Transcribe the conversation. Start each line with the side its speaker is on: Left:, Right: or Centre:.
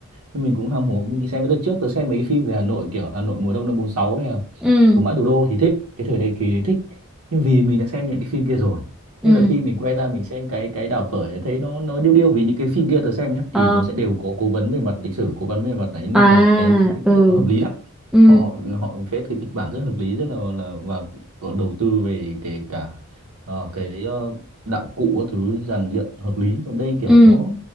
Right: nhưng mình cũng ham hố mình đi xem với đợt trước tớ xem mấy phim về Hà Nội kiểu Hà Nội mùa đông năm 46 hay là
Centre: ừ
Right: Sống mãi thủ đô thì thích cái thời đại kỳ đấy thích nhưng vì mình đã xem những cái phim kia rồi
Centre: ừ
Right: nên là khi mình quay ra mình xem cái cái đảo phở ấy, thấy nó nó điêu điêu vì những cái phim kia tớ xem nhé
Centre: ờ
Right: thì nó sẽ đều có cố vấn về mặt lịch sử cố vấn về mặt đấy nên
Centre: à
Right: là cái cái tình
Centre: ừ
Right: tiết nó hợp lý lắm
Centre: ừ
Right: họ họ họ viết cái kịch bản rất hợp lý rất là là và có đầu tư về kể cả ờ, cái ờ, đạo cụ các thứ dàn dựng hợp lý còn đây kiểu
Centre: ừ
Right: nó